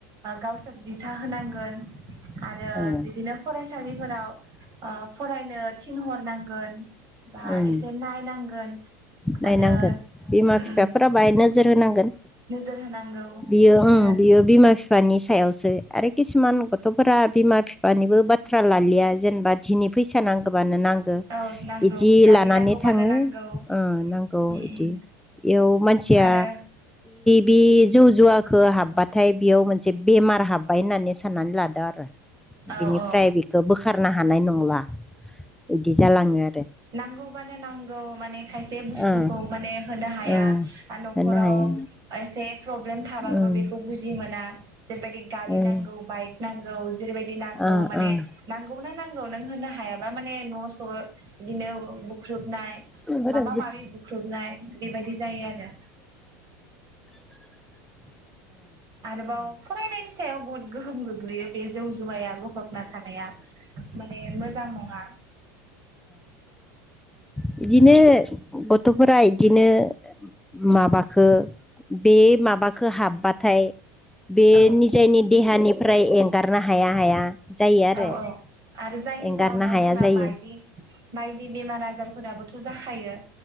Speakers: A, on the right; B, in the centre.
A: गावसोर दिथा होनांगोन आरो
B: ओं
A: बिदिनो फरायसालिफोराव फरायनो थिन हरनांगोन बा
B: ओं
A: एसे नायनांगोन
B: नायनांगोन
A: आरो
B: बिमा
A: उम
B: बिफाफोरा
A: उम
B: बाहाय नोजोर होनांगोन
A: नोजोर होनांगौ
B: बियो
A: बेनो
B: ओं बियो बिमा बिफानि सायावसो आरो किसुमान गथ'फोरा बिमा बिफानिबो बाथ्रा लालिया जेनेबा दि फैसा नांगौबानो नांगौ
A: आरो औ नांगौ
B: इदि
A: गारि
B: लानानै
A: नांगौबानो
B: थाङो
A: नांगौ
B: ओ नांगौ
A: उम उम
B: इदि बेयाव मानसिया
A: आरो
B: बे जौ ज हुवाखौ हाबबाथाय बेयाव मोनसे बेमार हाब्बाय होननानै साननानै लादों आरो
A: औ
B: बिनिफ्राय
A: औ
B: बेखौ बोखारनो हानाय नंला इदि जालाङो आरो
A: नांगौबानो नांगौ माने खायसे बुस्थुखौ
B: ओ
A: मान होनो हाया
B: ओ
A: न'खराव
B: होनो हायो
A: खायसे प्रब्लेम थाबाबो
B: उम
A: बेखौ बुजि मोना जेरैबायदि गारि
B: उम
A: नांगौ बाइक नांगौ जेरैबायदि नांगौ
B: ओ
A: माने
B: ओ
A: नांगौ नांगौ नांगौ नों होनो हायाबा माने न' स' बिदिनो बुख्रुबनाय
B: बिदिनो
A: माबा माबि बुख्रुबनाय बेबायदि जायो आरो
B: <inaudible>
A: आरोबाव फरायनायनि सायाव बहुत गोहोम गोग्लैयो बे जौ जुवाय आग हबना थानाया माने मोजां नङा
B: बिदिनो गथ'फोरा इदिनो माबाखो बे माबाखो हाबबा नाथाय बे
A: औ
B: निजायनि देहानिफ्राय एंगारनो हाया हाया जायो आरो
A: औ औ आरो जायनि
B: एंगारनो
A: जाउनाव
B: हाया
A: जोंना
B: जायो
A: बायदि बायदि बेमार आजारफोराबोथ' जाखायो